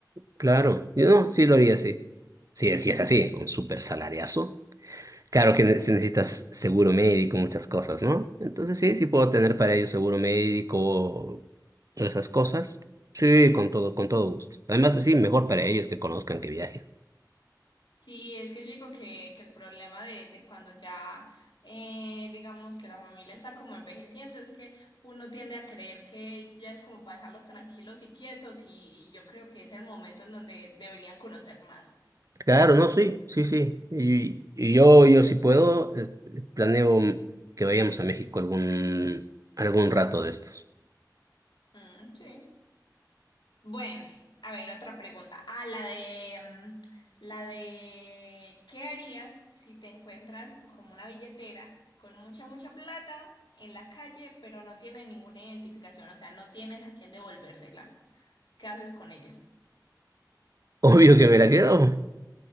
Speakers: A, on the right; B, on the left.
A: Claro, yo no, sí lo haría así. Sí, sí es así, un súper salariazo. Claro que ne- si necesitas seguro médico, muchas cosas, ¿no? Entonces sí, sí puedo tener para ello seguro médico, esas cosas. Sí, con todo, con todo gusto. Además, sí, mejor para ellos que conozcan, que viajen.
B: Sí, es que yo digo que, que el problema de, de cuando ya, eh, digamos que la familia está como envejeciendo, es que uno tiende a creer que ya es como para dejarlos tranquilos y quietos y, y yo creo que es el momento en donde deberían conocer más.
A: Claro, no, sí, sí, sí. Y, y yo, yo si puedo, eh, planeo que vayamos a México algún, algún rato de estos.
B: Mm, sí. Bueno, a ver, otra pregunta. Ah, la de, mm, la de, ¿qué harías si te encuentras como una billetera con mucha, mucha plata en la calle, pero no tiene ninguna identificación? O sea, no tienes a quién devolvérsela. ¿Qué haces con ella?
A: <laughs> Obvio que me la quedo.